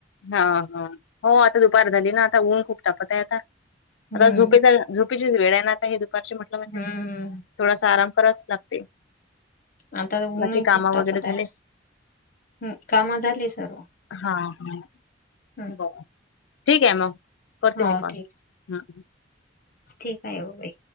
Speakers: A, on the left (about 80°); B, on the left (about 50°).
A: हा, हा, हो आता दुपार झाली ना आता ऊन खूप तापत आहे आता
B: हम्म
A: आता झोपेचा झोपेची वेळ आहे ना आता आहे दुपारची वेळ म्हटलं म्हणजे
B: हम्म
A: थोडासा आराम करावाचं लागते.
B: आता ऊनही
A: बाकी कामा
B: खूप तापत
A: वगैरे झाले
B: आहे. हम्म कामं झाली सर्व
A: हा हां
B: हम्म
A: बरं ठीक आहे मग करते
B: हो
A: मी काॅल
B: ठीक
A: हम्म
B: ठीक आहे हो बाई